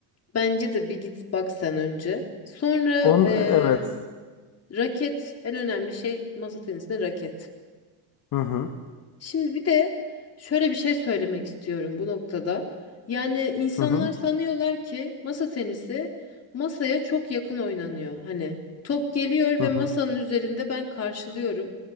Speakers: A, on the left (about 35°); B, on the left (about 50°).
A: Bence de bir git bak sen önce. Sonra
B: On
A: eee,
B: evet.
A: raket en önemli şey masa tenisinde raket.
B: Hı hı.
A: Şimdi bir de şöyle bir şey söylemek istiyorum bu noktada. Yani insanlar
B: Hı hı.
A: sanıyorlar ki masa tenisi masaya çok yakın oynanıyor. Hani top geliyor
B: Hı
A: ve
B: hı.
A: masanın üzerinde ben karşılıyorum.